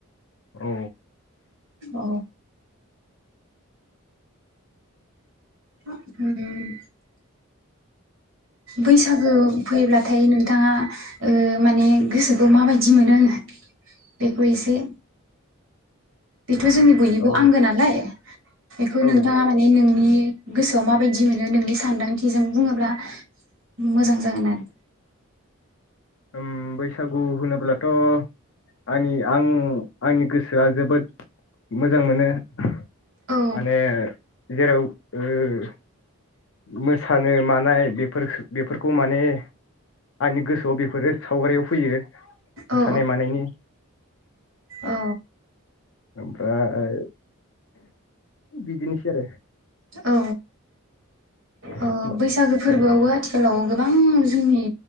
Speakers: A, on the left (about 60°); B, on the right (about 60°).
A: औ।
B: औ। ओम बैसागो फैब्लाथाय नोंथाङा ओ माने गोसोखौ माबायदि मोनो होनो बेखौ एसे बेथ' जोंनि बयनिबो
A: औ
B: आंगो नालाय बेखौ
A: औ
B: नोंथाङा माने नोंनि गोसोआव माबायदि मोनो नोंनि सानदांथिजों बुङोब्ला मोजां जागोन आरो।
A: उम बैसागु होनोब्लाथ' आंनि आं आंनि गोसोआ जोबोद मोजां मोनो। माने।
B: औ
A: जेराव ओ मोसानो मानाय बेफोरखो बेफोरखौ माने आंनि गोसोआव बेफोरो सावगारियाव फैयो।
B: औ
A: मोसानाय मानायनि।
B: औ
A: ओमफ्राय बिदिनोसै आरो।
B: औ। अ
A: होमबा।
B: बैसागो फोरबोआवबो आथिखालाव गो बां जोंनि